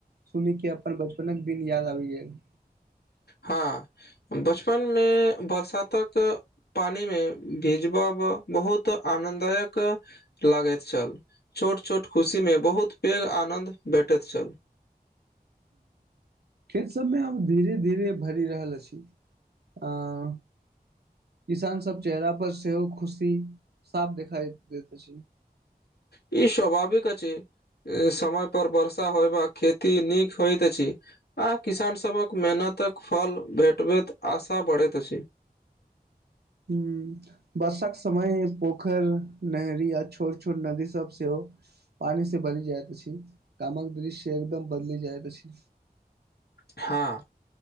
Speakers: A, on the right; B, on the left.
A: सुन कऽ अपन बचपनक दिन याद आबि गेल
B: हँ बचपनमे बरसातक। पानि मे भिजबब बहुत आनन्ददायक लागैत छल छोट छोट खुशी मे बहुत पेघ आनंद भेटैत छल।
A: खेत सबमे आब धीरे धीरे भरि रहल अछि आ <inaudible> किसान सब चेहरा पर सेहो खुशी साफ देखाई देैत अछि
B: ई स्वभाविक अछि समय पर वर्षा होइब खैती नीक होइत छै आ किसान सबक मेहनतक फल भेटबैत आशा बढ़ैत अछि।
A: हू। वर्षाक समय पोखरि नहरी य छोट छोट नदी सब सेहो हो। पानी से भरी जाइत अछि गामक दृश्य एकदम बदली जाइत अछि
B: हँ